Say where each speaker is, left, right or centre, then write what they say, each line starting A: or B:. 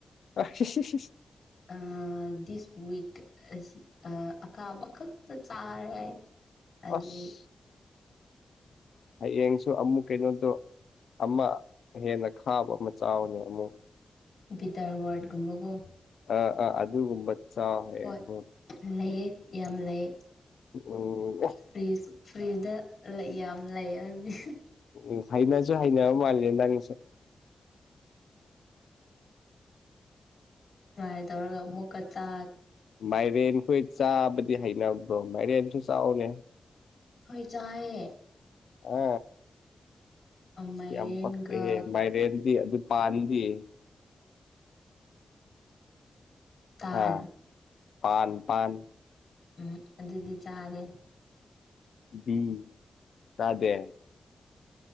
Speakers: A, on the left (about 80°); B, on the left (about 60°).
A: ꯑ <unintelligible>
B: ꯑꯥ ꯗꯤꯁ ꯋꯤꯛ꯫ ꯑꯁ ꯑꯥ ꯑꯈꯥꯕ ꯈꯛꯇ ꯆꯥꯔꯦ ꯑꯗꯨ
A: ꯑꯁ ꯍꯌꯦꯡꯁꯨ ꯑꯃꯨꯛ ꯀꯩꯅꯣꯗꯣ ꯑꯃ ꯍꯦꯟꯅ ꯈꯥꯕ ꯑꯃ ꯆꯥꯎꯅꯤ ꯑꯃꯨꯛ꯫
B: ꯕꯤꯇꯔ ꯋꯥꯔꯗ ꯒꯨꯝꯕꯒꯣ꯫
A: ꯑꯥ ꯑꯥ ꯑꯗꯨꯒꯨꯝꯕ ꯆꯥꯎ ꯍꯥꯌꯦꯕꯨ꯫
B: ꯍꯣꯏ ꯂꯩꯌꯦ ꯌꯥꯝ ꯂꯩꯌꯦ꯫
A: ꯎꯝ
B: ꯐ꯭ꯔꯤꯖ ꯐ꯭ꯔꯤꯖꯗ ꯂꯩ ꯌꯥꯝ ꯂꯩꯑꯅꯤ꯫
A: ꯎꯝ ꯍꯅꯖꯨ ꯍꯥꯏꯅ ꯃꯥꯜꯂꯦ ꯅꯪꯁꯦ꯫
B: ꯇꯔ꯭ꯥꯏ ꯇꯧꯔꯒꯥ ꯑꯃꯨꯛꯀ ꯆꯥ
A: ꯃꯥꯏꯔꯦꯟꯈꯣꯏ ꯆꯥꯕꯗꯤ ꯍꯩꯅꯕ꯭ꯔꯣ ꯃꯥꯏꯔꯦꯟꯁꯨ ꯆꯥꯎꯅꯦ꯫
B: ꯍꯣꯏ ꯆꯑꯦ꯫
A: ꯑ
B: ꯃꯥꯏꯔꯦꯟꯒ
A: ꯌꯥꯝ ꯄꯛꯇꯦꯍꯦ ꯃꯥꯏꯔꯦꯟꯗꯤ ꯑꯗꯨ ꯄꯥꯟꯗꯤ꯫
B: ꯇꯥꯜ
A: ꯑꯥ ꯄꯥꯟ ꯄꯥꯟ
B: ꯎꯝ ꯑꯗꯨꯗꯤ ꯆꯥꯔꯦ
A: ꯕꯤ ꯆꯥꯗꯦ